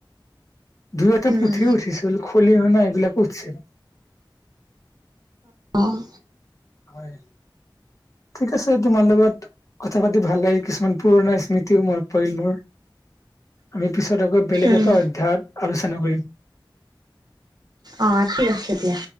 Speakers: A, on the left; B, on the right.
A: দুই এটা
B: উম
A: পুঠিও উঠিছিল, খলি হনা এইবিলাকো উঠিছিল।
B: অঁ'।
A: হয়। ঠিক আছে, তোমাৰ লগত কথা পাতি ভাল লাগিল কিছুমান পুৰণা স্মৃতিও মনত পৰিল মোৰ। আমি পিছত আকৌ বেলেগ
B: উম
A: এটা অধ্যয়নত আলোচনা কৰিম।
B: অঁ' ঠিক আছে দিয়া।